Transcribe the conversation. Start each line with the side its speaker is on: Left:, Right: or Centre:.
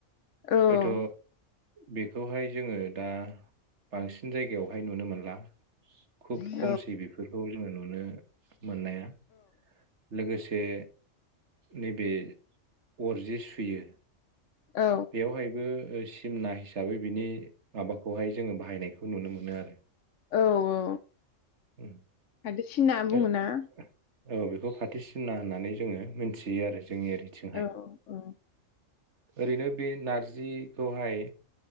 Left: औ
Right: हयथ।
Left: औ
Right: बेखौहाय जोङो दा बांसिन जायगायावहाय नुनो मोनला। खुब
Left: औ
Right: खमसै बेफोरखौ जोङो नुनो मोननाया लोगोसे बे। नैबे अर जे सुयो
Left: औ
Right: बेयावहायबो। सिमना हिसाबै बिनि माबाखौहाय जोङो बाहायनायखौ नुनो मोनो आरो।
Left: औ औ
Right: उम।
Left: फाथो सिना बुङो
Right: ओर-
Left: ना
Right: औ बेखौ फाथसिना होननानै जोङो मोनथियो आरो। जोंनि ओरैथिंहाय
Left: औ औ।
Right: ओरैनो बे नारजिखौहाय।